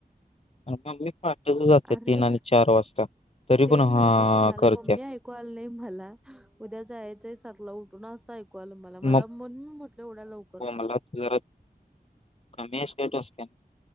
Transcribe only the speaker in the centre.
अरे
ते
माहितय की मला.
मम्मी ऐकू आलं नाही मला. उद्या जायचंय सातला उठ पुन्हा असं आय कू आलं मला.
मला मनून म्हटलं एवढ्या लवकर
का?